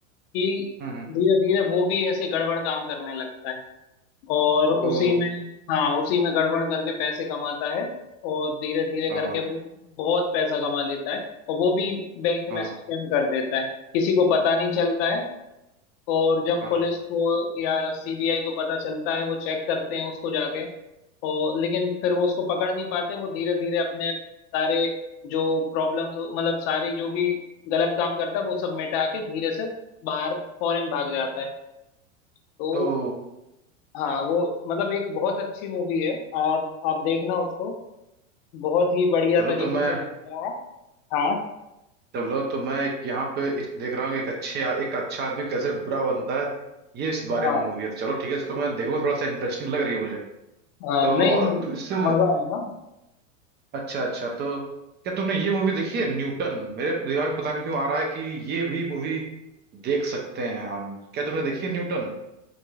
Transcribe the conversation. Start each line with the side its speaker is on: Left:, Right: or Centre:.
Left: कि
Right: हम्म
Left: धीरे धीरे वो भी ऐसे गड़बड़ काम करने लगता है और उसी
Right: ओ
Left: में हाँ उसी में गड़बड़ करके पैसे कमाता है और धीरे धीरे
Right: हाँ
Left: करके
Right: हाँ।
Left: वो बहुत पैसा कमा लेता है और वो भी बैंक
Right: हाँ
Left: में स्कैम कर देता है किसी को पता नहीं चलता है और जब
Right: हाँ
Left: पुलिस को या सीबीआई को पता चलता है वो चेक करते हैं उसको जाके और लेकिन फिर वो उसको पकड़ नहीं पाते वो धीरे धीरे अपने सारे जो प्रॉब्लम्स मतलब सारी जो भी गलत काम करता है वो सब मिटा के धीरे से बाहर फॉरेन भाग जाता है तो
Right: तो
Left: हाँ वो मतलब एक बहुत अच्छी मूवी है आप आप देखना उसको बहुत ही बढ़िया
Right: चलो
Left: तरीके
Right: तो मैं
Left: से दिखाया है हाँ
Right: चलो तो मैं एक यहाँ पे एक देख रहा हूँ कि एक अच्छे एक अच्छा आदमी कैसे बुरा बनता है ये इस बारे
Left: हाँ
Right: में मूवी है तो चलो ठीक है इसको मैं देखूंगा थोड़ा सा इंटरेस्टिंग लग रही है मुझे
Left: हाँ
Right: तो
Left: नहीं
Right: और तू इससे
Left: मजा आएगा
Right: अच्छा अच्छा तो क्या तुमने ये मूवी देखी है न्यूटन मेरे दिमाग में पता नहीं क्यों आ रहा है कि ये भी मूवी देख सकते हैं हम क्या तुमने देखी है न्यूटन